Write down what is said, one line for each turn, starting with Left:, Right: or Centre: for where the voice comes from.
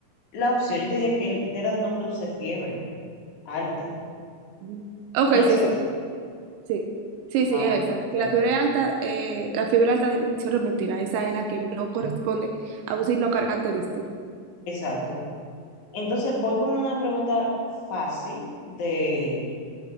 Left: la opción. Yo te dije que el tétanos no produce fiebre alta.
Right: Ujú. Ok,
Left: No es
Right: sí,
Left: esa.
Right: sí, sí. Sí, sí,
Left: Ah,
Right: esa.
Left: ok, perfecto.
Right: Que la fiebre alta, eh, la fiebre alta de inicio repentina, esa es la que no corresponde a un signo característico.
Left: Exacto. Entonces voy con una pregunta fácil de